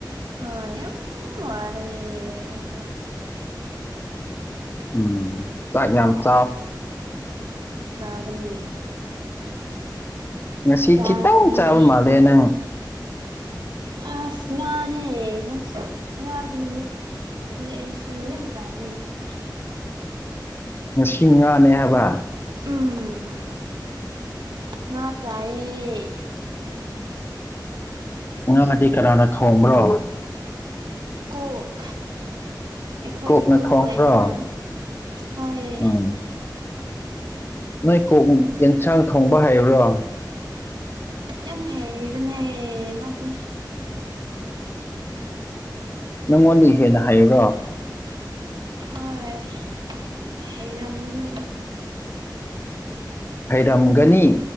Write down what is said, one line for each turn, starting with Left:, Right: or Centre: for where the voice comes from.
Right: ꯍꯣꯏ ꯌꯥꯝ ꯋꯥꯔꯦ ꯑꯩꯗꯣ
Left: ꯎꯝ ꯆꯥꯛ ꯌꯥꯝ ꯆꯥꯎ
Right: ꯆꯥꯒꯅꯤ
Left: ꯉꯁꯤ
Right: ꯆꯥꯒꯅꯤ
Left: ꯈꯤꯇꯪ ꯆꯥꯕ ꯃꯥꯜꯂꯦ ꯅꯪ
Right: ꯑꯁ ꯉꯥꯅꯦ ꯅꯪꯁꯨ ꯉꯥꯒꯤ ꯃꯃꯤꯡ ꯒꯤ ꯑꯩꯁꯨ ꯌꯥꯝ ꯆꯥꯕꯅꯦ ꯈꯥꯔꯦ
Left: ꯉꯁꯤ ꯉꯥꯅꯦ ꯍꯥꯏꯕ
Right: ꯎꯝ ꯉꯥ ꯆꯥꯏꯌꯦ
Left: ꯉꯥꯗꯤ ꯀꯅꯥꯅ ꯊꯣꯡꯕ꯭ꯔꯣ
Right: ꯀꯣꯛ ꯑꯩꯈꯣꯏꯒꯤ
Left: ꯀꯣꯛꯅ
Right: ꯀꯣꯛ
Left: ꯊꯣꯡꯕ꯭ꯔꯣ
Right: ꯂꯩꯌꯦꯅ ꯍꯣꯏ
Left: ꯎꯝ ꯅꯣꯏ ꯀꯣꯛ ꯌꯦꯟꯁꯥꯡ ꯊꯣꯡꯕ ꯍꯩꯕ꯭ꯔꯣ
Right: ꯌꯥꯝ ꯍꯩꯕꯅꯦ ꯃꯥꯗꯤ
Left: ꯅꯪꯉꯣꯟꯗꯒꯤ ꯍꯦꯟꯅ ꯍꯥꯏꯌꯨꯔꯣ
Right: ꯍꯣꯏ ꯍꯩꯔꯝꯒꯅꯤ
Left: ꯍꯩꯔꯝꯒꯅꯤ